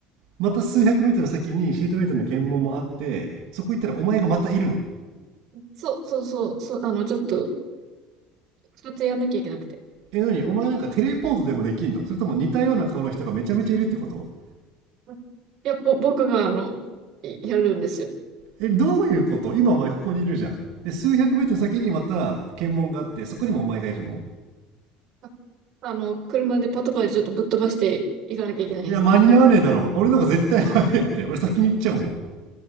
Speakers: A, on the right (about 60°); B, on the right (about 40°).
A: また数百メートル先にシートベルトの検問もあって、そこ行ったらお前がまたいるの。
B: そう、そう、そう、そう、あの、ちょっと、二つやんなきゃいけなくて。
A: え、なにお前なんかテレポートでもできんのそれとも似たような顔の人がめちゃめちゃいるってこと
B: あいや、ぼ、僕が、あの、いやるんですよ。
A: え、どういうこと今お前ここにいるじゃん。で、数百メートル先にまた検問があって、そこにもお前がいるの
B: ああの、車でパトカーでちょっとぶっ飛ばしていかなきゃいけないです。
A: いや、間に合わねえだろ。俺の方が絶対早いって。俺先に行っちゃうもん。